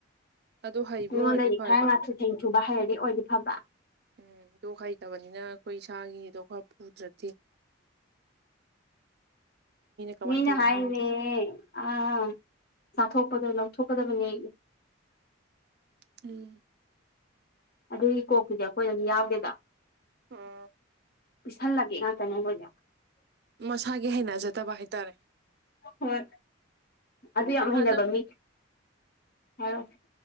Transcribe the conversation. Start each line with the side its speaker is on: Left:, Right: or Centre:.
Right: ꯑꯗꯨ ꯍꯩꯕ
Left: ꯃꯤꯉꯣꯟꯗꯒꯤ
Right: ꯑꯣꯏꯔꯗꯤ ꯐꯕ
Left: ꯈꯔ ꯉꯥꯊꯨ ꯊꯦꯡꯊꯨꯕ ꯍꯩꯔꯗꯤ ꯑꯣꯏꯗꯤ ꯐꯕ
Right: ꯎꯝ ꯑꯗꯨ ꯍꯩꯇꯕꯅꯤꯅ ꯑꯈꯣꯏ ꯏꯁꯥꯒꯤꯗꯣ ꯈꯔ ꯄꯨꯗ꯭ꯔꯗꯤ ꯀꯃꯥꯏꯅ
Left: ꯃꯤꯅ
Right: ꯇꯧꯕꯅꯣ
Left: ꯍꯥꯏꯔꯤꯅꯦ
Right: ꯈꯪꯗꯦ
Left: ꯑ ꯆꯥꯊꯣꯛꯄꯗꯣ ꯂꯧꯊꯣꯛꯀꯗꯕꯅꯦ
Right: ꯎꯝ
Left: ꯑꯗꯨꯒꯤ ꯀꯣꯛꯇꯨꯗꯤ ꯑꯈꯣꯏꯗꯗꯤ ꯌꯥꯎꯗꯦꯗꫭ
Right: ꯎꯝ
Left: ꯄꯤꯁꯜꯂꯒꯦ ꯉꯥꯛꯇꯅꯦ ꯑꯈꯣꯏꯗꯤ
Right: ꯃꯁꯥꯒꯤ ꯍꯩꯅꯖꯗꯕ ꯍꯥꯏꯇꯥꯔꯦ
Left: ꯍꯣꯏ ꯑꯗꯨ ꯌꯥꯝ ꯍꯩꯅꯕ
Right: ꯑꯗ
Left: ꯃꯤ ꯍꯥꯏꯔꯛꯑꫭ